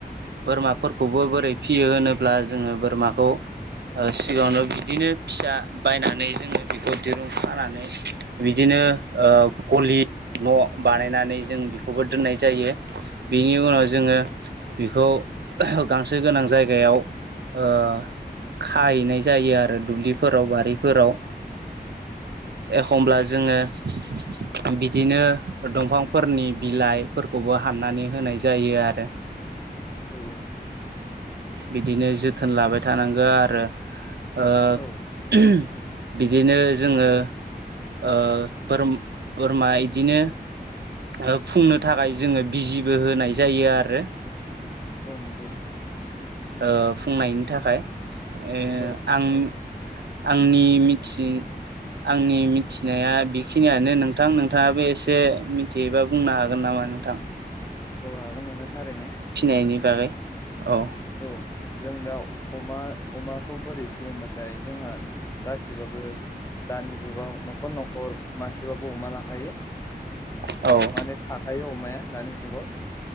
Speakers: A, on the right (about 80°); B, on the left (about 15°).
A: बोरमाफोरखौबो बोरै फियो होनोब्ला जोङो बोरमाखौ ओ सिगाङावनो बिदिनो फिसा बायनानै जोङो बेखौ दिरुं खानानै बिदिनो ओ गलि न' बानायनानै जों बेखौबो दोननाय ज जायो बिनि उनाव जोङो
B: औ
A: बिखौ <unintelligible> गांसो गोनां जायगायाव ओ खायैनाय जायो आरो दुब्लिफोराव बारिफोराव एखमब्ला जोङो <unintelligible> बिदिनो दंफांफोरनि बिलाइ फोरखौबो हाननानै होनाय जायो आरो।
B: औ औ।
A: बिदिनो जोथोन लाबाय थानांगो आरो ओ
B: औ
A: <unintelligible> बिदिनो जोङो ओ बोरम बोरमा इदिनो ओ फुंनो थाखाय जोङो बिजिबो होनाय जायो आरो
B: औ नोंगौ।
A: ओ फुंनायनि थाखाय ओ
B: औ
A: आं आंनि मिथि आंनि मिथिनाया बेखिनियानो नोंथां नोंथाङाबो एसे मिथि योबा बुंनो हागोन नामा नोंथां?
B: औ हागोन नोंथां थारैनो।
A: फिसिनायनि बागै औ।
B: औ जों दा अमा अमाखौ बोरै फिसियोबाथाय जोंहा गासिबाबबो दानि जुगाव न'खर न'खर मासेबाबो अमा लाखायो।
A: औ।
B: माने थाखायो अमाया दानि जुगाव।